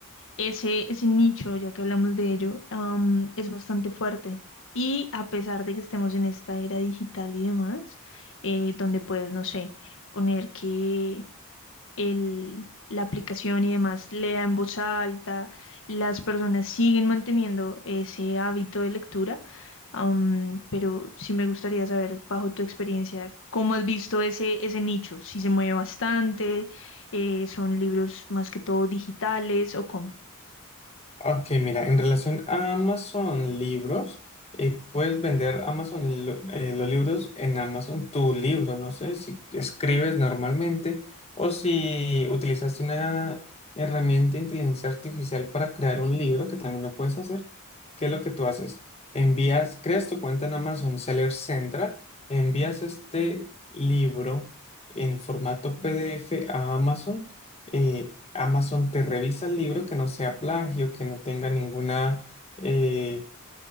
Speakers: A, on the left; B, on the left.
A: ese, ese nicho, ya que hablamos de ello, am, es bastante fuerte. Y a pesar de que estemos en esta era digital y demás, eh, donde puedes, no sé, poner que el, la aplicación y demás lea en voz alta, las personas siguen manteniendo ese hábito de lectura, am, pero sí me gustaría saber, bajo tu experiencia, cómo has visto ese, ese nicho, si se mueve bastante, eh, son libros más que todo digitales o cómo.
B: Ok, mira, en relación a Amazon Libros, eh, puedes vender Amazon lo- eh, los libros en Amazon tu libro, no sé si escribes normalmente o si utilizaste una herramienta de inteligencia artificial para crear un libro, que también lo puedes hacer. ¿Qué es lo que tú haces? Envías, creas tu cuenta en Amazon Seller Central, envías este libro en formato PDF a Amazon. eh, Amazon te revisa el libro que no sea plagio, que no tenga ninguna eh,